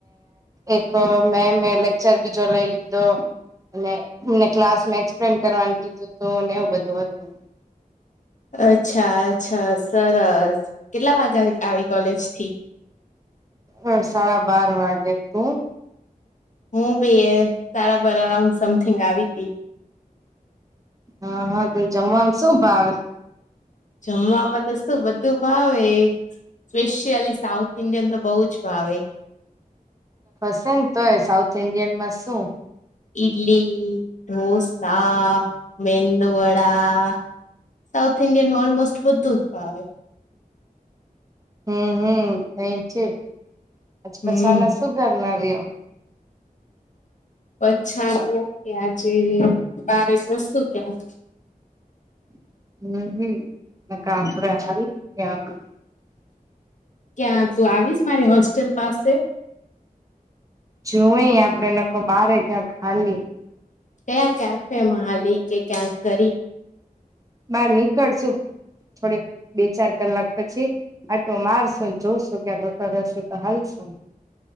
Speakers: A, on the right; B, on the left.
A: એક મે મે લેક્ચર બીજો લઈ લી તો મેં ક્લાસ એક્સપ્લેન કરવાનું કીધું હતું એવું બધું હતું
B: <unintelligible> અચ્છા અચ્છા સરસ કેટલા વાગ્યા આવી કોલેજથી
A: અ સાડા બાર વાગે તું
B: હું બી એ સારા બાર અરાઉન્ડ સમથિંગ આવી ત
A: હા હા પણ જમવાનું શું ભાવે
B: જમવાવામાં તો શું બધું ભાવે સ્પેશિયલી સાઉથ ઇન્ડિયન તો બહુ જ ભાવે
A: હશે ને તોય સાઉથ ઈન્ડિયન માં શું
B: ઇદલી દોસા મેંદ વડા સાઉથ ઇન્ડિયાનમાં ઓલમોસ્ટ બધુંત્ ભાવય
A: હમ હમ એ ઠીક પછી
B: હમ
A: પછી આના શું કર ના રહ <unintelligible>
B: પછા કેજે બાવસ શું ક્યાં
A: હમ હમ ક
B: ક્યાં તું આવીશ મારી હોસ્ટેલ પાસે
A: જોઈ આપડે નખ બારે ક્યાં ખાલી
B: કયા કેફેમાંાલી કે ક્યાંક કરી
A: બાર નીકળશું થોડીક બે ચાર કલાક પછી આટો મારશો જોશો ક્યાંક ખખર હશે તો હાલશે <unintelligible>